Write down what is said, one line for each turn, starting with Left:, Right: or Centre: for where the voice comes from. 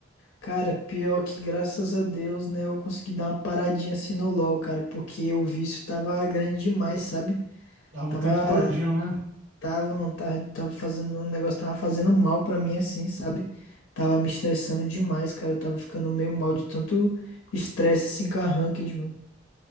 Left: Cara, pior que graças a Deus, né, eu consegui dar uma paradinha assim no LoL, cara, porque o vício tava grande demais, sabe?
Right: Lava
Left: Tava
Right: o tempo todinho, né?
Left: Tava, mano, tava, tava fazendo um negócio, tava fazendo mal pra mim, assim, sabe? Tava me estressando demais, cara. Eu tava ficando meio mal de tanto estresse, assim, com a ranked, mano.